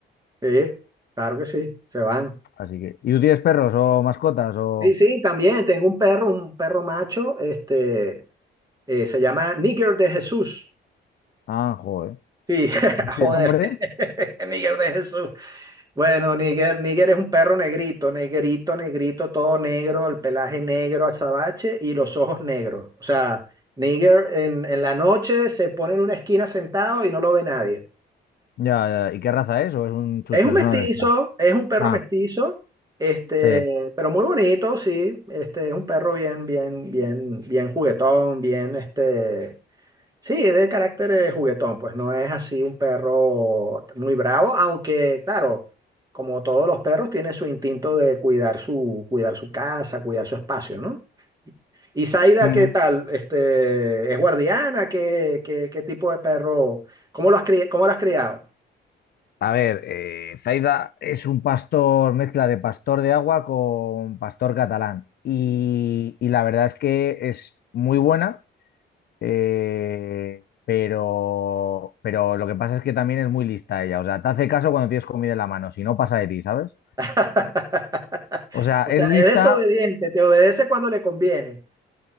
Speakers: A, on the right; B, on the left.
A: Sí, claro que sí, se van.
B: Así que, ¿y tú tienes perros o mascotas o...?
A: Sí, sí, también tengo un perro, un perro macho, este, eh, se llama Nigger de Jesús.
B: Ah, joder.
A: Sí, <laughs>
B: Sí,
A: joder,
B: hombre.
A: <laughs> Nigger de Jesús. Bueno, Níger, Níger es un perro negrito, negrito, negrito, todo negro, el pelaje negro, azabache y los ojos negros. O sea, Níger en, en la noche se pone en una esquina sentado y no lo ve nadie.
B: Ya, ya, ¿y qué raza es? ¿O es un chucho?
A: Es un mestizo,
B: Es una mezcla.
A: es un perro
B: Ah,
A: mestizo, este,
B: sí.
A: pero muy bonito, sí. Este, es un perro bien, bien, bien, bien juguetón, bien, este. Sí, es de carácter eh, juguetón, pues no es así un perro muy bravo, aunque claro, como todos los perros, tiene su instinto de cuidar su, cuidar su casa, cuidar su espacio, ¿no? ¿Y Zaida
B: Mm.
A: qué tal? Este, ¿es guardiana? ¿Qué, qué, qué tipo de perro? ¿Cómo lo has cri- cómo lo has criado?
B: A ver, eh, Zaida es un pastor, mezcla de pastor de agua con pastor catalán. Y, y la verdad es que es muy buena. Eh, pero, pero lo que pasa es que también es muy lista ella. O sea, te hace caso cuando tienes comida en la mano, si no pasa de ti, ¿sabes?
A: <laughs>
B: O sea,
A: O
B: es
A: sea,
B: lista,
A: es desobediente, te obedece cuando le conviene.